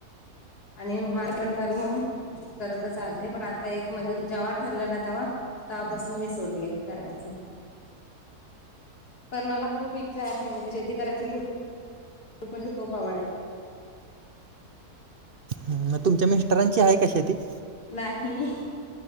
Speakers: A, on the left; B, on the right.
A: आणि माार पण झाल म्हणून करत आलते पण आता एक म्हणजे जेव्हा ठरलं ना तेव्हा. तेवहापासून मी सोडले करायचं पण मला खूप इच्छा. आहे म्हणजे शेती करायची खूप खूप म्हणजे खूप आवड आहे.
B: ह तुमच्या मिस्टरांची आहे का शेती?
A: नाही